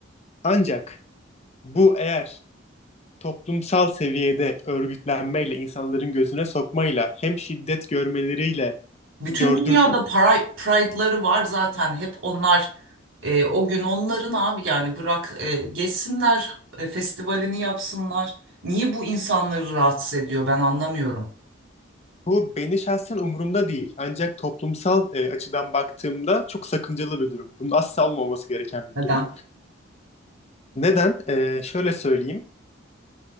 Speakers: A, on the left (about 30°); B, on the right (about 75°).
A: Ancak bu eğer toplumsal seviyede örgütlenmeyle, insanların gözüne sokmayla, hem şiddet görmeleriyle
B: Bütün
A: gördür
B: dünyada para- Pride'ları var zaten. Hep onlar e, o gün onların abi yani bırak e, geçsinler e, festivalini yapsınlar. Niye bu insanları rahatsız ediyor ben anlamıyorum.
A: bu beni şahsen umurumda değil. Ancak toplumsal e, açıdan baktığımda çok sakıncalı bir durum. Bunun asla olmaması gereken
B: Neden?
A: bir durum. Neden? E, şöyle söyleyeyim.